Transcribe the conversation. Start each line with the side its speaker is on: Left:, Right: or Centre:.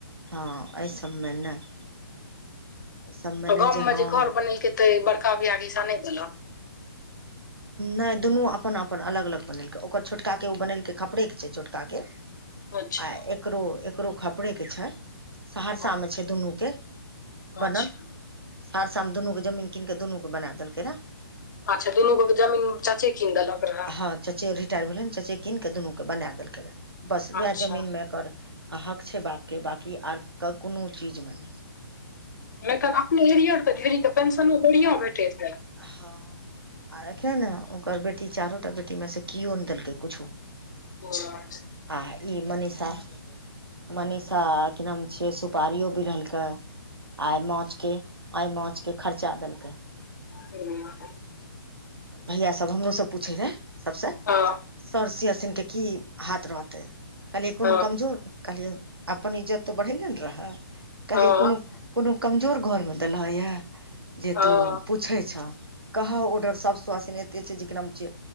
Right: हँ एहिसबमे नहि एहि सबमे
Left: आ
Right: नहि
Left: गाँम मे
Right: हँ
Left: जे घर बनेलकै तऽ बड़का भैया कऽ हिसा नहि देलक
Right: नहि दुनू अपन अपन अलग अलग बनेलकय ओकर छोटकाकेँ ओ बनेलकय खपड़ेके छै छोटकाके
Left: अच्छा
Right: आ एकरो एकरो खपड़ेकेँ छै सहरसामे
Left: हँ
Right: छै दुनूके बनल
Left: अच्छा
Right: सहरसा मे दुनू के जमीन कित कऽ दुनू के बना देलकै रेहै
Left: अच्छा दुनू गो केऽ जमीन चचे कीन दलक रहैय
Right: हँ चचे रिटायर भेलय न चचे कीन क दुनू के बनाय देलकै रहय बस उएह
Left: अच्छा
Right: जमीनमे एकर अ हक छै बापके बाँकी आर कोनो चीजमे नई
Left: नई तऽ अपने एरिय तऽ ढेरीक के पेंशनो बढ़िया भेटैत हेत
Right: हँ आ एखेन ओकर बेटी चारो टा बेटी मे सँ किओ नहि देलकै कुछो
Left: <inaudible>
Right: आ ई मनीषा मनीषा कि नाम छियै सुपारियो बरलकै आइ माछकेँ आइ माछकेँ खर्चा देलकय
Left: हूँ
Right: भैया सब हमरो सँ पूछय रहे सभसँ
Left: हँ
Right: सर सीय सनके की हाथ रहतै कहलियै कोनो
Left: हँ
Right: कमजोर कहलियै अपन इज्जत तऽ बढ़ेने ने रह
Left: हँ
Right: कहलियए कोन कोनो कमजोर घर मे देलह य जे
Left: हँ
Right: तू पूछै छ कह ओडर सर सुआसिन एते छै जेकि नाम छै